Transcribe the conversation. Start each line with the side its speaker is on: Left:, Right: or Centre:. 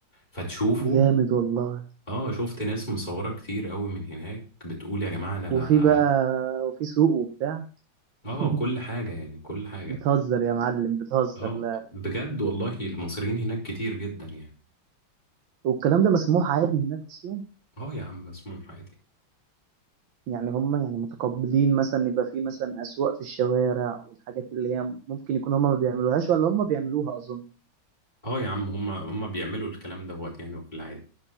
Left: فتشوفه
Right: جامد والله
Left: اه شفت ناس مصورة كتير قوي من هناك بتقول يا جماعة انا لا
Right: وفي بقى وفي سوق وبتاع
Left: اه
Right: <laughs>
Left: كل حاجة يعني كل حاجة
Right: بتهزر يا معلم بتهزر
Left: اه
Right: لا
Left: بجد والله المصريين هناك كتير جدا يعني
Right: والكلام ده مسموح عادي هناك اصلا
Left: اه يا عم مسموح عادي
Right: يعني هم يعني متقبلين مثلا يبقى في مثلا أسواق في الشوارع والحاجات اللي هي ممكن يكون هم ما بيعملوهاش ولا هم بيعملوها أظن
Left: اه يا عم هما هما بيعملوا الكلام دوت يعني وفي العادي